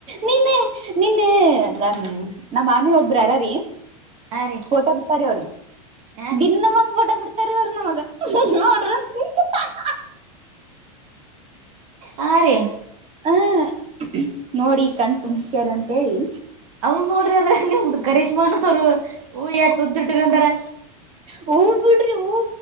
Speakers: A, on the right; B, on the right.
A: ನಿನ್ನೆ ನಿನ್ನೆ ನನ್ ನಮ್ಮ ಮಾಮಿ ಒಬ್ರ ಯಾರ್ ರೀ
B: ಹಾ ರೀ
A: ಫೋಟೋ ಬಿಟ್ಟಾರಿ ಅವರ
B: ಹಾ ರೀ
A: ದಿನ್ನ ಒಂದ್ ಫೋಟೋ ಬಿಡ್ತಾರಿ ಅವರ ನಮಗ್. <unintelligible>
B: ಹಾ ರೀ.
A: ಹ ನೋಡಿ ಕಣ್ಣ್ ತುಂಬ್ಸಕೋರಿ ಅಂತ ಹೇಳಿ
B: ಹೂ ನೋಡ್ರಿ ಅದ್ರಾಗ್ ನಿಮ್ದ ಕರೀಶ್ಮಾನ್ ಅವ್ರು ಹೂವು ಎಟ್ಟ್ ಉದ್ದ್ ಇಟ್ಕೊಂದಾರ್.
A: ಹೂ ಬಿಡ್ರಿ ಹೂ.